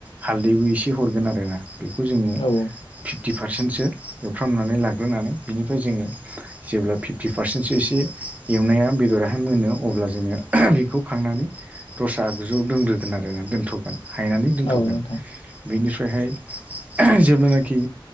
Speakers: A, on the right; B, on the left.
A: हालदैबो एसे हरगोन आरोना बेखौ जोङो
B: औ
A: फिफटि पारसेन्टसो एवफ्रामनानै लाग्रोनानै बिनिफ्राय जोङो जेब्ला फिफ्टि पारसेन्टसो एसे एवनाया बेदराहाय मोनो अब्ला जोङो बेखौ खांनानै दस्रा आगजुआव दोनग्रोगोन आरोना दोन थ'गोन हायनानै दोनथ'गोन
B: औ नोंथां
A: बेनि फ्रायहाय जेब्लानाखि